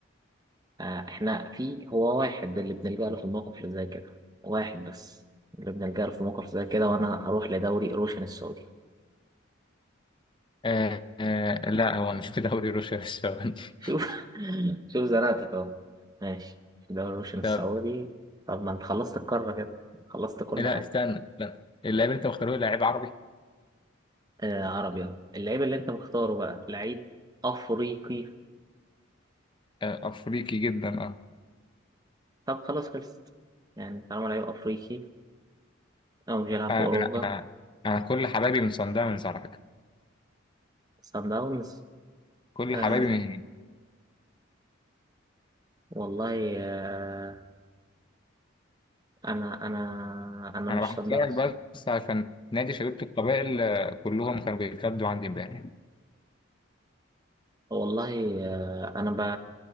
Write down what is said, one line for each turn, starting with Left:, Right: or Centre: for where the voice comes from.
Right: فاحنا في هو واحد اللي بنلجأ له في الموقف اللي زي كده واحد بس اللي بنلجأ له في الموقف زي كده وانا هروح لدوري روشن السعودي
Left: آه آه لا هو مش في دوري روسيا السعودي
Right: شوف
Left: <laughs>
Right: <laughs> شوف زنقتك اهو ماشي في دوري روشن السعودي
Left: طب
Right: طب ما انت خلصت القارة كده خلصت كل
Left: لا
Right: حاجة
Left: استنى لا اللاعب اللي انت مختاره لعيب عربي
Right: آه عربي أهو. اللعيب اللي انت مختاره بقى لعيب افريقي
Left: آه أفريقي جدا اه
Right: طب خلاص خلصت يعني طالما لعيب افريقي او مش بيلعب
Left: آه،
Right: في اوروبا
Left: أنا أنا أنا كل حبايبي من صن داونز على فكرة
Right: سان داونز
Left: كل
Right: آه
Left: حبايبي
Right: والله آه انا انا انا
Left: انا
Right: مش
Left: بحكي
Right: سان داونز
Left: لك بس عشان نادي شبيبة القبائل آه، كلهم كانوا بيتكلموا عندي امبارح
Right: والله آه، انا ب...